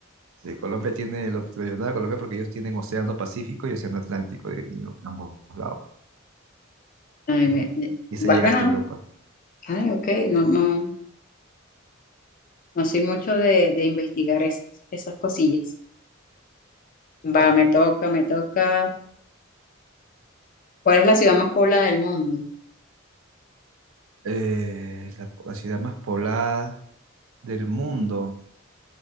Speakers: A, on the right (about 75°); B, on the left (about 40°).
A: Sí, Colombia tiene, lo tradicional de Colombia porque ellos tienen océano Pacífico y océano Atlántico de- en, ambos lados.
B: ay,
A: Ujú.
B: me-
A: Y se
B: vas
A: llega
B: ganando.
A: hasta Europa.
B: Ay, ok, no, no, no soy mucho de, de investigar es- esas cosillas.
A: Vale.
B: Va, me toca, me toca. ¿Cuál es la ciudad más poblada del mundo?
A: Eh, la, po- la ciudad más poblada del mundo